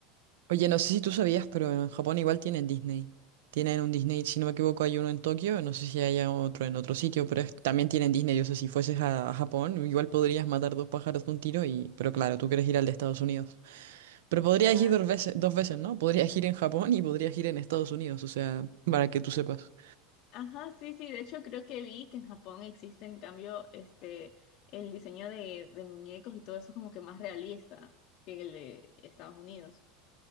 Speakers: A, on the right (about 80°); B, on the left (about 40°).
A: Oye, no sé si tú sabías, pero en Japón igual tienen Disney. Tienen un Disney, si no me equivoco, hay uno en Tokio, no sé si hay otro en otro sitio, pero es- también tienen Disney. O sea, si fueses a, a Japón, igual podrías matar dos pájaros de un tiro y... Pero claro, tú quieres ir al de Estados Unidos. Pero podrías
B: Claro.
A: ir dos veces, dos veces, ¿no? Podrías ir en Japón y podrías ir en Estados Unidos, o sea, para que tú sepas.
B: Ajá, sí, sí, de hecho creo que vi que en Japón existe en cambio este el diseño de, de muñecos y todo eso como que más realista que el de Estados Unidos.